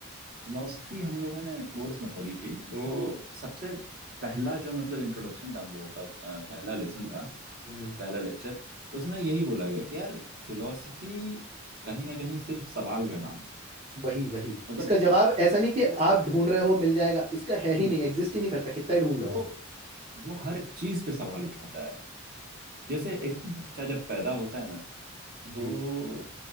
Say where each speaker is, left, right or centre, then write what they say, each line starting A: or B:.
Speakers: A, on the right; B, on the right.
A: फिलोसफी हम लोगों ने कोर्स में पढ़ी थी तो सबसे पहला जो मतलब इंट्रोडक्शन था हम लोगों का अ, पहला लेसन था
B: हम्म,
A: पहला लेक्चर उसमें यही बोला गया कि यार फिलोसफी कहीं ना कहीं सिर्फ सवाल का नाम है
B: वही वही
A: मतलब
B: इसका जवाब ऐसा नहीं कि
A: वो
B: आप ढूंढ रहे हो मिल जाएगा इसका है
A: हम्म,
B: ही नहीं एग्जिस्ट ही नहीं करता कितना ही ढूंढ
A: वो
B: लो आप
A: वो हर चीज पे सवाल उठाता है जैसे एक बच्चा जब पैदा होता है ना
B: जी
A: तो